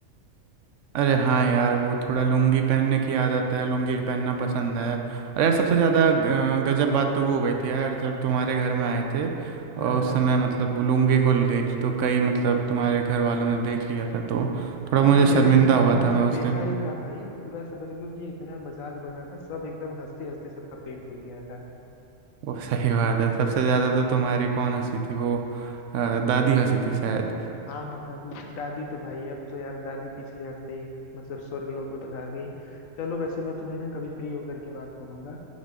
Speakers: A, on the right; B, on the left.
A: अरे हाँ यार वो थोड़ा लुंगी पहनने की आदत है लुंगी पहनना पसंद है और यार सबसे ज़्यादा ग- गजब बात तो वो हो गई थी यार जब तुम्हारे घर में आए थे और
B: <laughs> हाँ हाँ
A: उस समय मतलब वो लुंगी खुल गई थी तो कई मतलब तुम्हारे घर वालों ने देख लिया था तो थोड़ा मुझे
B: अरे मेरे
A: शर्मिंदा
B: घर वालों
A: हुआ
B: ने
A: था
B: तो
A: मैं उस
B: देखा
A: दिन
B: ही था भाई पूरा समझ लो कि इतना मजाक बना था सब एकदम हंसते हंसते सबका पेट फूल गया था
A: वो सही बात है सबसे ज़्यादा तो तुम्हारी कौन हंसी थी वो अ, दादी हंसी थी शायद
B: हाँ हाँ दादी दादी तो भाई अब तो यार दादी पिछले हफ्ते ही मतलब स्वर्ग लोक में पधार गई चलो वैसे मैं तुम्हें ना कभी फ्री होकर के बात करूंगा